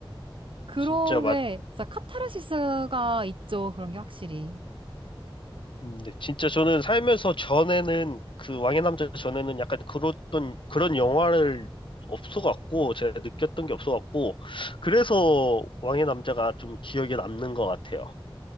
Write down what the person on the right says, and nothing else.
그런
게 진짜 카타르시스가 있죠. 그런 게 확실히.